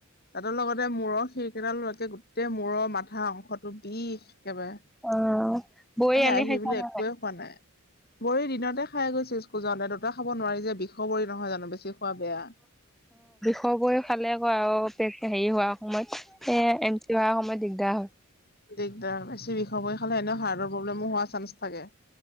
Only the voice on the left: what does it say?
দাঁতৰ লগতে মূৰৰ সেই শিৰকেইডাল লৈকে গোটেই। মূৰৰ মাথা অংশটো বিষ একেবাৰে।
আহে
আহি
পেলাই একোৱে খোৱা নাই। বৰি দিনতে খাই গৈছিল স্কুল যাওঁতে, দুটা খাব নোৱাৰি যে ষৰ বৰি নহয় জানো? বেছি খোৱা বেয়া।
দিগদাৰ, বেছি বিষৰ বৰি খালে এনেও হাৰ্টৰ প্ৰব্লেমো হোৱা চান্স থাকে।